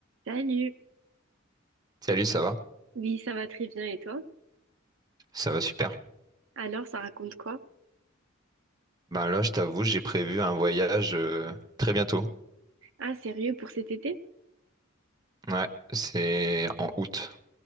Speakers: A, on the right; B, on the right.
A: Salut!
B: Salut, ça va?
A: Oui, ça va très bien et toi?
B: Ça va super.
A: Alors, ça raconte quoi?
B: Ben là, je t'avoue, j'ai prévu un voyage euh, très bientôt.
A: Ah, sérieux pour cet été?
B: Ouais, c'est en août.